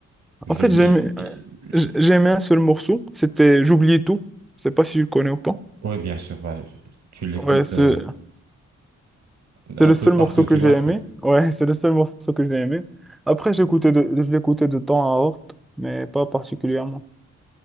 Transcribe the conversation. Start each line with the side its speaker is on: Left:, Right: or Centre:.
Right: Je,
Centre: En fait,
Right: l'ai-
Centre: j'aimais,
Right: et- c'est-
Centre: j- j'aimais un seul morceau. C'était J'oubliais tout. Je sais pas si tu le connais ou pas.
Right: ouais, bien sûr, bah, tu l'écoutes
Centre: Ouais, c'est
Right: euh,
Centre: c'est
Right: un
Centre: le
Right: peu
Centre: seul
Right: partout,
Centre: morceau que
Right: tu
Centre: j'ai
Right: vois le
Centre: aimé.
Right: truc.
Centre: Ouais, <laughs> c'est le seul morceau que j'ai aimé. Après, j'écoutais de, je l'écoutais de temps à autre, mais pas particulièrement.